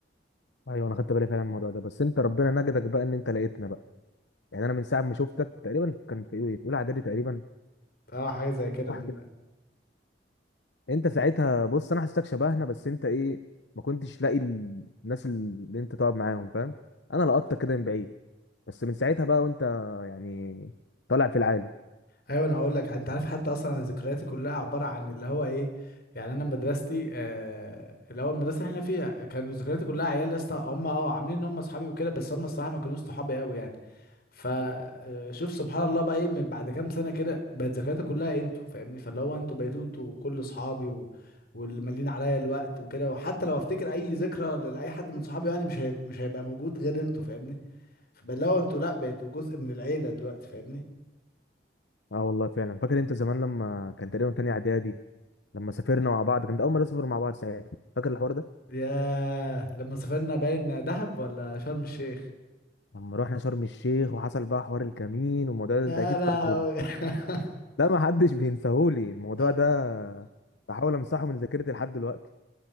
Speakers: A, on the left (about 80°); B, on the left (about 60°).
A: ايوه انا خدت بالي فعلا من الموضوع ده بس انت ربنا نجدك بقى ان انت لقيتنا بقى يعني انا من ساعه ما شفتك تقريبا كان في ايه في اولى اعدادي تقريبا
B: اه حاجه زي كده
A: واحد
B: من
A: انت ساعتها بص انا حسيتك شبهنا بس انت ايه ما كنتش لاقي ال- الناس اللي انت تقعد معاهم فاهم انا لقطتك كده من بعيد بس من ساعتها بقى وانت يعني طالع في العالي
B: ايوه انا هقول لك انت عارف حتى اصلا انا ذكرياتي كلها عباره عن اللي هو ايه يعني انا مدرستي آه الاول المدرسه اللي احنا فيها كانوا ذكرياتي كلها عيال يا اسطى هم اه عاملين ان هم اصحابي وكده بس هم الصراحه ما كانوش صحابي قوي يعني فشوف سبحان الله بقى ايه من بعد كام سنه كده بقت ذكرياتي كلها انتوا فاهمني فاللي هو انتوا بقيتوا انتوا كل اصحابي و... واللي مالين عليا الوقت وكده وحتى لو افتكر اي ذكرى لاي حد من صحابي يعني مش هيبقى مش هيبقى موجود غير انتوا فاهمني فاللي هو انتوا لا بقيتوا جزء من العيله دلوقتي فاهمني
A: اه والله فعلا فاكر انت زمان لما كان تقريبا تاني اعدادي لما سافرنا مع بعض كان ده اول مره نسافر مع بعض ساعتها فاكر الحوار ده
B: ياه لما سافرنا باين دهب ولا شرم الشيخ
A: لما رحنا شرم الشيخ وحصل بقى حوار الكمين والموضوع ده
B: يا
A: انت اكيد
B: لهوي
A: فاكره ده
B: <laughs>
A: لا ما حدش <laughs> بينساهولي الموضوع
B: انا
A: ده بحاول امسحه من ذاكرتي لحد دلوقتي